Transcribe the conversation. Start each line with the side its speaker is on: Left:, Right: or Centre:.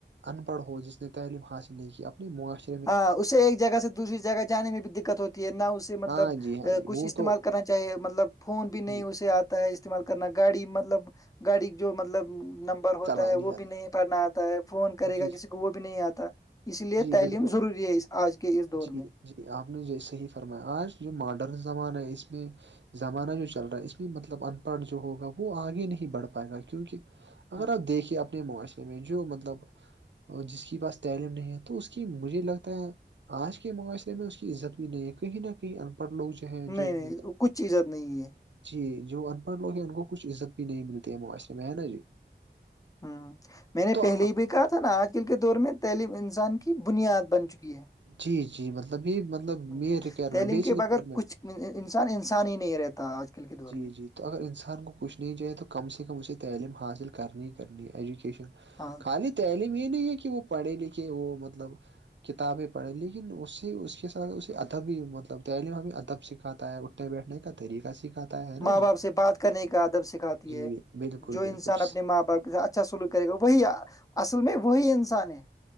Right: ان پڑھ ہو جس نے تعلیم حاصل نہیں کی اپنی معاشر
Left: ہاں اسے ایک جگہ سے دوسری جگہ جانے میں بھی دقت ہوتی ہے نہ اسے مطلب
Right: ہاں جی
Left: <inaudible>
Right: ہاں جی
Left: کچھ
Right: وہ
Left: استعمال
Right: تو
Left: کرنا چاہیے مطلب فون بھی نہیں
Right: جی
Left: اسے آتا ہے استعمال کرنا گاڑی مطلب گاڑی جو مطلب نم ہوتا
Right: چلانی
Left: ہے وہ
Right: آتی
Left: بھی نہیں پڑھنا آتا ہے فون کرے
Right: جی
Left: گا کسی کو وہ بھی نہیں آتا اس لیے
Right: جی
Left: تعلیم
Right: بالکل
Left: ضروری ہے اس آج کے اس دور
Right: جی
Left: میں
Right: جی آپ نے صحیح فرمایا آج جو ماڈرن زمانہ ہے اس میں زمانہ جو چل رہا ہے اس میں مطلب ان پڑھ جو ہوگا وہ آگے نہیں بڑھ پائے گا کیونکہ اگر
Left: ہوں
Right: آپ دیکھیے اپنے معاشرے میں جو مطلب جس کی پاس تعلیم نہیں ہے تو اس کی مجھے لگتا ہے آج کے معاشرے میں اس کی عزت بھی نہیں ہے کہیں نہ کہیں ان پڑھ لوگ جو ہیں
Left: نہیں
Right: جو مطلب
Left: نہیں کچھ چیزت نہیں ہے
Right: جی جو ان پڑھ لوگ ہیں ان کو کچھ عزت بھی نہیں ملتی ہے مواشے میں ہے نا جی
Left: ہوں میں نے
Right: تو
Left: پہلے ہی بھی کہا تھا نا آج آل کے دور میں تعلیم انسان کی بنیاد بن چکی ہے
Right: جی جی مطلب یہ مطلب م
Left: ہوں
Right: روائرمٹ
Left: تعلیم
Right: بیسک
Left: کے بغیر
Right: روائرمنٹ
Left: کچھ انسان انسان ہی نہیں رہتا آج کل کے دور
Right: جی
Left: میں
Right: جی تو اگر انسان کو کچھ نہیں جائے تو کم سے کم اسے تعلیم حاصل کرنی ہی کرنی ہے ایجوکیشن
Left: ہاں
Right: خالی تعلیم یہ نہیں ہے کہ وہ پڑھے لکھے وہ مطلب کتابیں پڑھییں لیکن اس سے اس کے ساتھ اسے ادبی مطلب تعلیم ہمی ادب سے ا ہے اٹھنے بیٹھنے کا طریقہ سکھاتا ہے نا
Left: ماں
Right: جی
Left: باپ سے بات کرنے کا ادب سکھاتی
Right: جی
Left: ہے
Right: بالکل
Left: جو
Right: بالکل
Left: انسان
Right: جی
Left: اپنے ماں باپ کے اچھا اچھا سلو کرے گا وہی اصل میں وہی انسان ہے